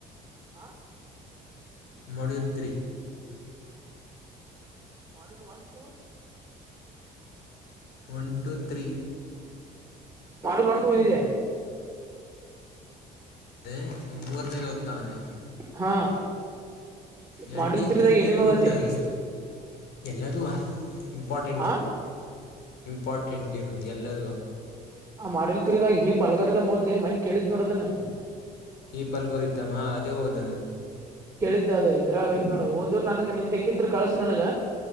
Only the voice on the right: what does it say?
ಹ
ಮಾಡಲ್ one two
module one two ಇದೆ
ಹಾ
ಮಾಡಲ್ ತ್ರಿ
ದಾಗ ಏನೇನ್
ಹೋದತೆ
ಆ
ಆ ಮಾಡುಲ ತ್ರಿದಾಗ ಹೀಪ್ ಅಲ್ಗಾರೀದಮ ಓದ ಲೇ ಮನ್ನೇ ಕೇಳಿದ್ ನೋಡ ಅದನ
ಕೇಳಿದ್ದ ಅದ ಇದ್ರಾಗೈತ್ ನೋಡ ಓದ ನನಗ ನಿನ್ ತೆಕ್ಕಿದ್ರ ಕಳ್ಸ ನನಗ